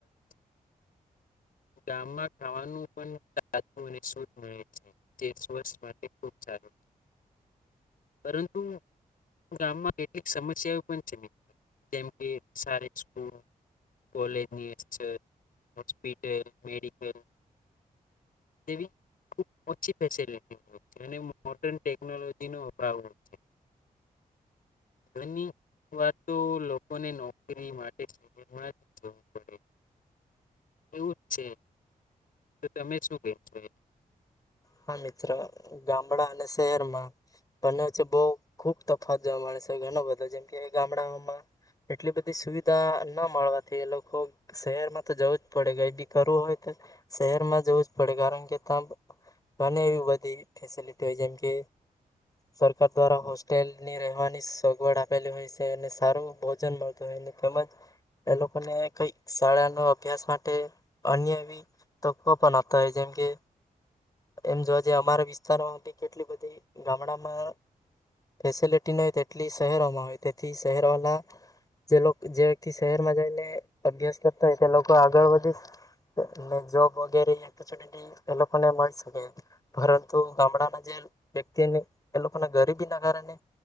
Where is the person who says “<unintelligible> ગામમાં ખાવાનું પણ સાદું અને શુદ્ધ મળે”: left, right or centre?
Left